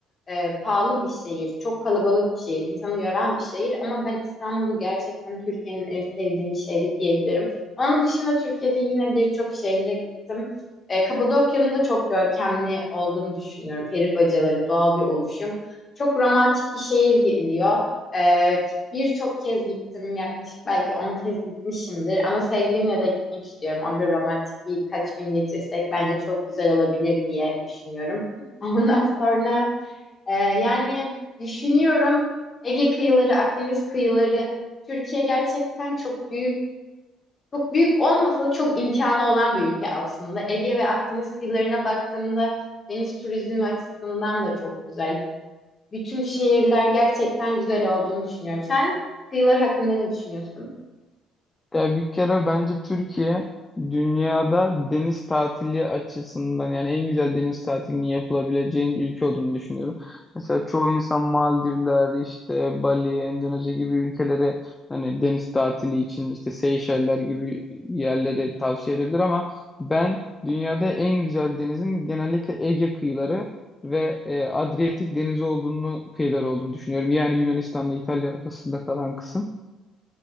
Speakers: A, on the left; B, on the left.
A: e, pahalı bir şehir, çok kalabalık bir şehir, insanı yoran bir şehir ama ben İstanbul'u gerçekten Türkiye'nin en sevdiğim şehri diyebilirim. Onun dışında Türkiye'de yine birçok şehre gittim. E, Kapadokya'nın da çok görkemli olduğunu düşünüyorum. Peri bacaları, doğal bir oluşum. Çok romantik bir şehir geliyor. E, birçok kez gittim, yaklaşık belki 10 kez gitmişimdir. Ama sevgilimle de gitmek istiyorum. Orada romantik birkaç gün geçirsek bence çok güzel olabilir diye düşünüyorum. <laughs> Ondan sonra e, yani düşünüyorum Ege kıyıları, Akdeniz kıyıları, Türkiye gerçekten çok büyük çok büyük olmasa da çok imkanı olan bir ülke aslında. Ege ve Akdeniz kıyılarına baktığımda deniz turizmi açısından da çok güzel. Bütün şehirler gerçekten güzel olduğunu düşünüyorum. Sen kıyılar hakkında ne düşünüyorsun?
B: Ya bir kere bence Türkiye dünyada deniz tatili açısından yani en güzel deniz tatilinin yapılabileceğin ülke olduğunu düşünüyorum. Mesela çoğu insan Maldivler, işte Bali, Endonezya gibi ülkelere hani deniz tatili için işte Seyşeller gibi yerlere tavsiye edebilir ama ben dünyada en güzel denizin genellikle Ege kıyıları ve e, Adriyatik denizi olduğunu kıyıları olduğunu düşünüyorum. Yani Yunanistan'la İtalya arasında kalan kısım.